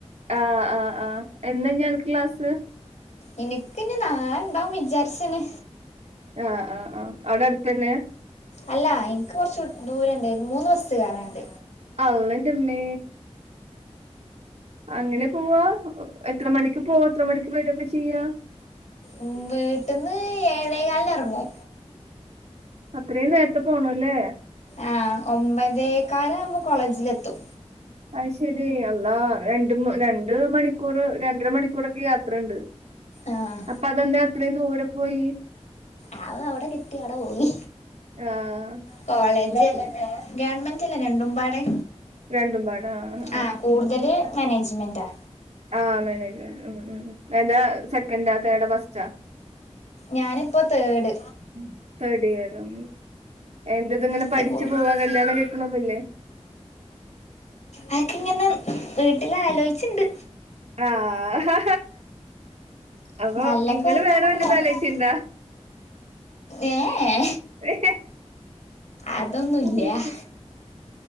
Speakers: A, on the right; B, on the left.
A: ആഹ് ആഹ് ആഹ് എന്നാഞ്ഞ് അണക്ക് ക്ലാസ്
B: ഇനിക്ക്ഞ്ഞ് നാളെണ്ടാവും വിചാരിച്ച്ണ്
A: ആഹ് ആഹ് ആഹ് അവ്ടെ അടുത്തന്നേ
B: അല്ലാ എനിക്ക് കൊറച്ച് വി ദൂരണ്ട് മൂന്ന് ബസ്സ് കേറാണ്ട്
A: അള്ളന്റെമ്മേ അങ്ങനെ പോവ്വാ എത്ര മണിക്ക് പോവും എത്ര മണിക്ക് വരൊക്കെ ചെയ്യാ
B: ഉം വീട്ട്ന്ന് ഏഴേകാലിന് എറങ്ങും
A: അത്രേം നേര്ത്തെ പോണല്ലേ
B: ആഹ് ഒമ്പതേക്കാലാവുമ്പോ കോളേജിൽ എത്തും
A: അയ്ശരി അള്ളാ രണ്ട് മ രണ്ട് മണിക്കൂർ രണ്ടര മണിക്കൂറൊക്കെ യാത്രണ്ട് <inaudible>
B: ആഹ്
A: അപ്പതെന്താ അത്രയും ദൂരെ പോയി
B: ആഹ് അത് അവ്ടെ കിട്ടി അവ്ടെ പോയി
A: ആഹ്
B: കോളേജ് ഗവൺമെന്റാ ഗവൺമെന്റല്ല രണ്ടുമ്പാടെ
A: രണ്ടുമ്പാടെ ആഹ്
B: ആഹ് കൂടുതല് മാനേജ്മെന്റാ
A: ആഹ് മാനേജ്മെന്റ് ഉം ഉം ഉം എന്താ സെക്കന്റാ തേർഡാ ഫസ്റ്റാ
B: ഞാന്പ്പോ തേഡ്
A: ഉം തേർഡ് ഇയറും എന്തത്ങ്ങനെ
B: ഇത്
A: പഠിച്ച്
B: കൂടി
A: പോവ്വാ കല്ല്യാണം കഴി ക്ക്ണൊന്നൂല്ലേ
B: അഎക്കെങ്ങനെ വീട്ടില് ആലോയിച്ച്ണ്ട്
A: ആഹ് അപ്പൊ
B: നല്ലൊക്കെ
A: ഇങ്ങള്
B: വരുമ്പോ
A: വേറെ
B: നമുക്ക്
A: വെല്ലതും
B: നോക്കാം
A: ആലോയ്ച്ച്ണ്ടോ
B: ഏ ഏ
A: ഹ്
B: അതൊന്നുമില്ല
A: ഹ്